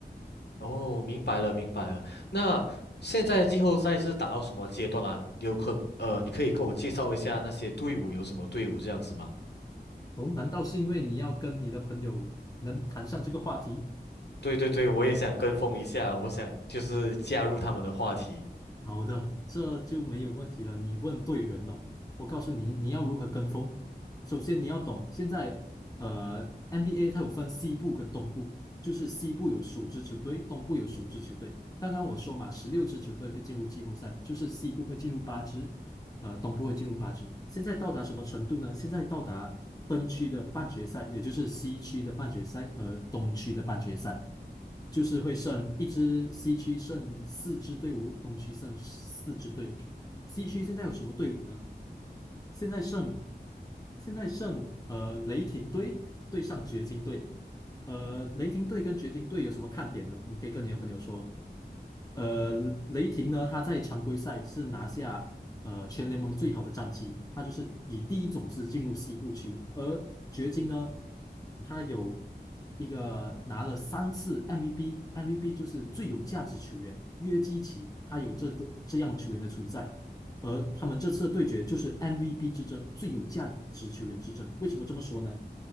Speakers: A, on the left (about 80°); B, on the left (about 20°).
A: 哦，明白了明白了。那现在的季后赛是打到什么阶段啦、有可呃，你可以给我介绍一下那些队伍有什么队伍这样子吗？
B: 哦，难道是因为你要跟你的朋友能谈上这个话题？
A: 对对对，我也想跟风一下，我想就是加入他们的话题。
B: 好的，这就没有问题了。你问对人了。我告诉你，你要如何跟风。首先，你要懂现在，呃，NBA 它有分西部跟东部，就是西部有属支球队，东部有属支球队。刚刚我说嘛，十六支球队会进入季后赛，就是西部会进入八支，呃，东部会进入八支。现在到达什么程度呢？现在到达分区的半决赛，也就是西区的半决赛和东区的半决赛，就是会剩一支西区剩四支队伍，东区剩四支队伍。西区现在有什么队伍呢？现在剩现在剩呃雷霆队对上掘金队，呃，雷霆队跟掘金队有什么看点呢？你可以跟你的朋友说。呃，雷霆呢，他在常规赛是拿下呃全联盟最好的战绩，他就是以第一种子进入西部区。而掘金呢，他有一个拿了三次 MVP，MVP 就是最有价值球员约基奇，他有这个这样球员的存在。而他们这次的对决就是 MVP 之争，最有价值球员之争。为什么这么说呢？